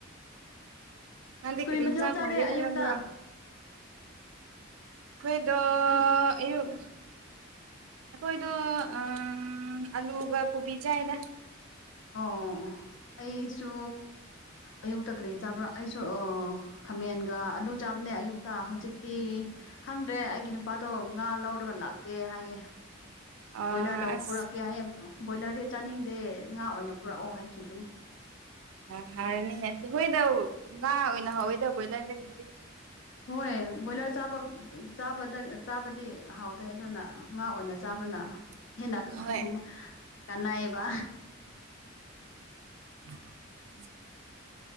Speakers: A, on the right (about 80°); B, on the left (about 65°).
A: ꯅꯪꯗꯤ
B: ꯀꯔꯤ ꯃꯊꯦꯜ
A: ꯏꯟꯁꯥꯡ
B: ꯆꯥꯔꯦ
A: ꯊꯣꯡꯒꯦ ꯈꯜꯂꯝꯕ꯭ꯔꯣ
B: ꯑꯌꯨꯛꯇ
A: ꯈꯨꯏꯗꯣ
B: ꯑꯩ
A: ꯑꯌꯨꯛ ꯑꯈꯣꯏꯗꯣ ꯑꯝ ꯑꯂꯨꯒ ꯀꯣꯕꯤ ꯆꯥꯏꯗ
B: ꯑꯣ ꯑꯩꯁꯨ ꯑꯌꯨꯛꯇ ꯀ꯭ꯔꯤ ꯆꯥꯕ꯭ꯔꯥ ꯑꯩꯁꯨ ꯑꯣ ꯈꯥꯃꯦꯟꯒ ꯑꯂꯨ ꯆꯥꯕꯅꯦ ꯑꯌꯨꯛꯇ ꯍꯧꯖꯤꯛꯇꯤ ꯈꯪꯗ꯭ꯔꯦ ꯑꯩ ꯒꯤ ꯅꯨꯄꯥꯗꯣ ꯉꯥ ꯂꯧꯔꯒ ꯂꯥꯛꯀꯦ ꯍꯥꯏꯌꯦ
A: ꯑꯥ
B: ꯕꯣꯏꯂꯔ ꯂꯧ
A: ꯑꯁ
B: ꯄꯨꯔꯛꯀꯦ ꯍꯥꯏꯌꯦ ꯕꯣꯏꯂꯔꯗꯤ ꯆꯥꯅꯤꯡꯗꯦ ꯉꯥ ꯑꯣꯏꯅ ꯄꯨꯔꯛꯑꯣ ꯍꯥꯏꯈꯤꯕꯅꯦ
A: ꯌꯥꯝ ꯍꯥꯎꯔꯅꯤꯅꯦ ꯑꯗꯨꯗꯤ ꯍꯣꯏꯗꯧ ꯉꯥ ꯑꯣꯏꯅ ꯍꯥꯎꯋꯦꯗ ꯕꯣꯏꯂꯔꯗꯒꯤꯗꯤ
B: ꯍꯣꯏ ꯕꯣꯏꯂꯔ ꯆꯥꯕ ꯆꯥꯕꯥꯗ ꯆꯥꯕꯗꯤ ꯍꯥꯎꯇꯦ ꯑꯗꯨꯅ ꯉꯥ ꯑꯣꯏꯅ ꯆꯥꯕꯅ
A: ꯎꯝ
B: ꯍꯦꯟꯅ
A: ꯍꯣꯏ
B: ꯎꯝ ꯀꯥꯟꯅꯩꯕ
A: <inaudible>